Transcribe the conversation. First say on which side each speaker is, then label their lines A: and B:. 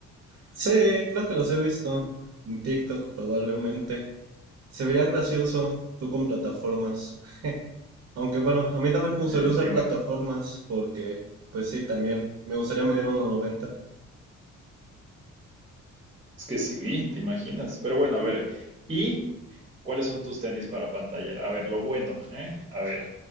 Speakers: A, on the right (about 50°); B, on the right (about 20°).
A: Sí, creo que los he visto. En TikTok probablemente. Se vería gracioso tú con plataformas. Aunque bueno, a mí también me gustaría
B: ¿eh?
A: usar
B: Te ima-
A: plataformas, porque pues sí, también me gustaría medir uno noventa.
B: es que sí, te imaginas. Pero bueno, a ver, ¿y cuáles son tus tenis para pantallar? A ver, lo bueno, ¿eh? A ver,